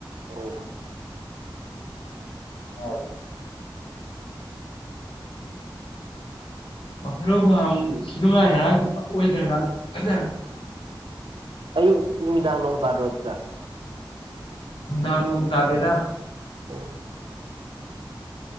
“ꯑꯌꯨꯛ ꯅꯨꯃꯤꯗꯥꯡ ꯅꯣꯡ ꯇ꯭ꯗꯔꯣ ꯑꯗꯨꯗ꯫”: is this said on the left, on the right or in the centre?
Right